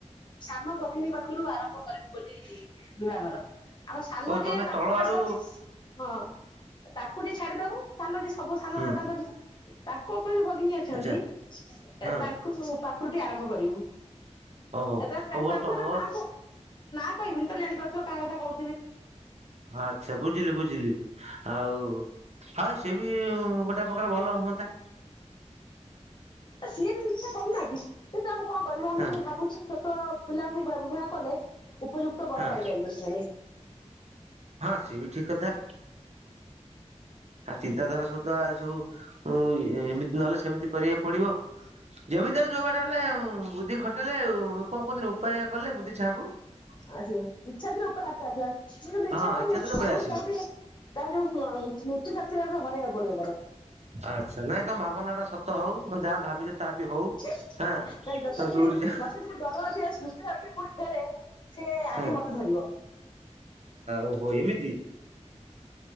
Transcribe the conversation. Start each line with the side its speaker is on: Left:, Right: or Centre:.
Left: ସାନ ଭଗିନୀ ପାଖରୁ ଆରମ୍ଭ କରିବୁ ବୋଲି ବିବାହର। ଆମର ସାନ
Right: ଓ ତମେ
Left: ଯିଏ ତାକୁ
Right: ତଳ
Left: ଛାଡ଼ି
Right: ଆଡୁ
Left: ଦେବୁ ହଁ। ତାଙ୍କୁ ଯ ଛାଡିଦବୁ ସାନ ଯିଏ ସବୁ ସାନ
Right: ହୁଁ
Left: ଦାଦାଙ୍କ ଯିବ, ତାଙ୍କୁ ଯୋଉ ଭଗିନୀ ଅଛନ୍ତି,
Right: ଆଚ୍ଛା ହଁ।
Left: ତାଙ୍କୁ ପାଖରୁ ଟିକ ଆରମ୍ଭ କରିବୁ।
Right: ଓହୋ
Left: ଏ ତମେ ଜାଣିପାରୁଥିବ
Right: ହଉ ହଉ ତମ
Left: ନା କ କହିବିନି ତମେ ଜାଣିପାରୁଥିବ କାହା କଥା କହୁ
Right: ଆଚ୍ଛା ବୁଝିଲି ବୁଝିଲି ଆଉ ହ ସେ ବି ଗୋଟେ ପ୍ରକାର ଭଲ ହୁଅନ୍ତା।
Left: ସିଏ ବି ଇଚ୍ଛା କରୁନାହାନ୍ତି, କିନ୍ତୁ ଆମେ କଣ କରିବୁ ଆମେ
Right: ହଁ
Left: ଟିକେ ଭାବୁଛି ଛୋଟ ପିଲାଙ୍କୁ <inaudible> କଲେ ଉପଯୁକ୍ତ ବର
Right: ହଁ
Left: ପାଇପାରିବେ ସେମାନେ।
Right: ହଁ ସେ ବି ଠିକ କଥା। ଆ ଚିନ୍ତାଧାରା ସବୁ ତ ଆ ସବୁ ଏମିତି ନହେଲେ ସେମିତି କରିବାକୁ ପଡିବ। ଯେମିତିଲେ ଯୋଉ ବାଟ ହେଲେ ବୁଦ୍ଧି ଖଟେଇଲେ ଆ ଲୋକେ କହୁିନି ଉପାୟ କଲେ ବୁଦ୍ଧି ଛାଆ କକୁ
Left: ଆସ ଇଚ୍ଛା ଥିଲେ ଆ <unintelligible> ଇଚ୍ଛା
Right: ହଁ
Left: କରୁନି
Right: ଥିଲେ ଉପାୟ ଆସିବ।
Left: ତା ଯୋଉ ସ୍ମୁତି ଶକ୍ତି ଚାଟା ଯ ହରାଇବାକୁ ପଡିବ, ତାର
Right: ଆଚ୍ଛା ନାଇଁ ତମ ଭାବନା ଟା ସତ ହଉ, ନହେଲେ ଯାହା ଭାବିଛ ତାହା ବି ହଉ।
Left: ଦେଥାପି
Right: ହଁ ତମେ ଯୋଉଠି ଯା
Left: ମସ ଯି ଡର ଅଛି ପୁରୀ ଫେରେ ସେ ଆଗେ
Right: ହଁ
Left: ମତେ ଧରିବ। <inaudible>
Right: ଓହୋ ଏମିତି